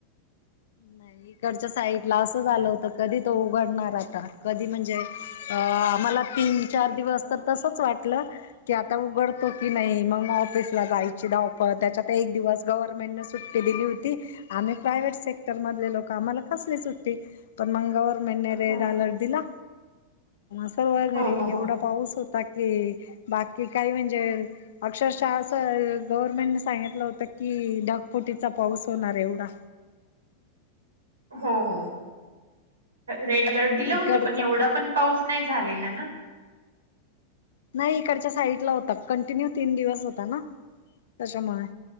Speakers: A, on the left; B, on the right.
A: नाही. तिकडच्या साईडला असं झालं होत कधी तो उघडणार आता कधी म्हणजे अ आम्हाला पिंक चार दिवस तर तसच वाटलं कि आता उघडतो की नाही मग मग ऑफिसला जायची धावपळ त्याच्यात एक दिवस गव्हर्नमेंटनें सुट्टी दिली होती आम्ही प्रायवेहेट सेक्टर मधले लोक आम्हाला कसली सुट्टी पण मग गव्हर्नमेंटे रेड
B: हो
A: ऑलर्ट दिला. सर्व
B: हो
A: घरी
B: हो
A: एवढा पाऊस होता की बाकी काही म्हणजे अक्षरशा असं गव्हर्नमेंटने सांगितलं होतं की ढगफुटीचा पाऊस होणार एवढा
B: हो हो रेड अलर्ट दिलं
A: इकडचा
B: होतं पण एवढा पण पाऊस नाही झालेला ना
A: नाही इकडच्या साईडला होता कंटिन्यू तीन दिवस होता ना त्याच्यामुळे